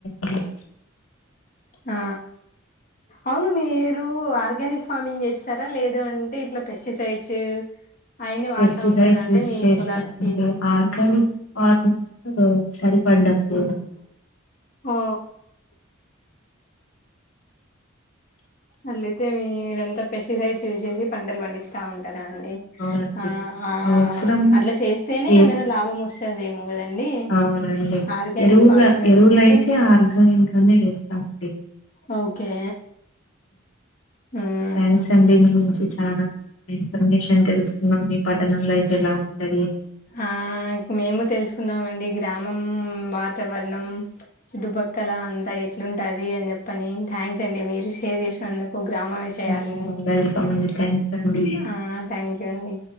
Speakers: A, on the left (about 80°); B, on the left (about 40°).
A: అంది
B: ఆ అవును మీరు ఆర్గానిక్ ఫార్మింగ్ చేస్తారా లేద అంటే ఇట్లా పెస్టిసైడ్స్ అయన్ని
A: పెస్టిసైడ్స్
B: వాడుతా ఉంటారా అండి
A: యూస్
B: మీ
A: చేస్తాంటే
B: పొలాలకి
A: ఆర్గానిక్ ఆర్ సరిపడ్డా ఓే
B: ఓ అల్లి అయితే మీరంతా పెస్టిసైడ్స్ చూేసి పంటలు పండిస్తా ఉంటారు అం
A: అవునండి.
B: ఆ ఆ
A: అవసరం
B: అట్లా చేస్తేనే
A: ఎ
B: ఏమైనా లాభం వస్తుది ఏమో కదండి
A: అవునండి
B: ఆర్గానిక్
A: ఎరువుల
B: ఫార్మింగ్ అనుకుంటే
A: ఎరువులయితే ఆర్గానిక్ గానే వేస్తామండి
B: ఓకే మ్మ్
A: థ్యాంక్స్ అండి మీ నుంచి చాలా ఇన్ఫర్మేషన్ అని తెలుసుకున్నాం మీ పట్టణంలో అయితే ఎలా ఉంటుది
B: ఆ మేము తెలుసుకున్నామండి గ్రామం వాతావరణం చుట్టుపక్కల అంతా ఎట్లుంటది అని చెప్పని థ్యాంక్స్ అండి మీరు షేర్ చేసినందుకు గ్రామన్ని చేయాలండి
A: హ్మ్. వెల్కమ్ అండి. థ్యాంక్ యూ అండి.
B: ఆ థ్యాంక్ యూ అండి